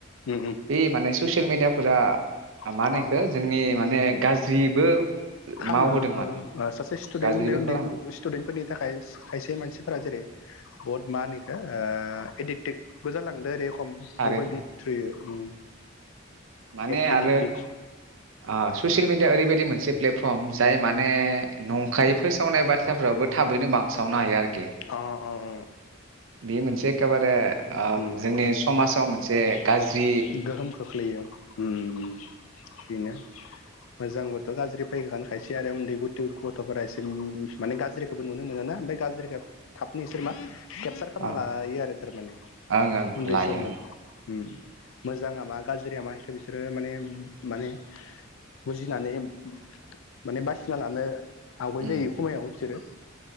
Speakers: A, on the left; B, on the right.
A: उम उम
B: बे माने स ससियेल मिडियाफोरा मा
A: अ
B: होनो इखो
A: अ
B: जोंनि माने गाज्रिबो
A: खामो
B: मावहोदों माने
A: सासे स्टुदेन्ट
B: गाज्रिबो
A: उन्दै उन्दै
B: खालामो
A: स्टुदेन्टफोरनि थाखाय खायसे मानसि फोरा जेरै बुहुत मा होनो इखो ओ एडिक्टेक बो जालांदो ओरै खम
B: ओरो
A: मबाइलनि थ्रुयै उम
B: माने
A: एडिक्टेड
B: आरो ओ ससियेल मिडिया ओरैबायदि बादि मोनसे प्लेटफर्म जाय माने नंखायै फोसावनाय बाथ्राफ्राबो थाबैनो बांसावनो हायो आरो।
A: अ अ
B: बे मोनसे एखेबारे ओ
A: उम
B: जोंनि समाजाव
A: <inaudible>
B: मोनसे गाज्रि
A: गोहोम खोख्लैयो उम बेनो मोजांबोथ' गाज्रि फैखागोन आरो खायसे आरो उन्दै गथै गथ'फोरा एसे माने गाज्रिखौबो नुनो मोन ना ओमफ्राय गाज्रिखौ थाबनो बिसोर मा केपसार खालामना
B: अ
A: लायो आरो थारमाने।
B: ओं ओं
A: उन्दै
B: लायो
A: समाव
B: ओं
A: उम मोजाङा मा गाज्रिया मा बेखौ बिसोरो माने माने बुजिनानै माने बासिना लानो आवगाय
B: उम
A: जायो खमायाव बिसोरो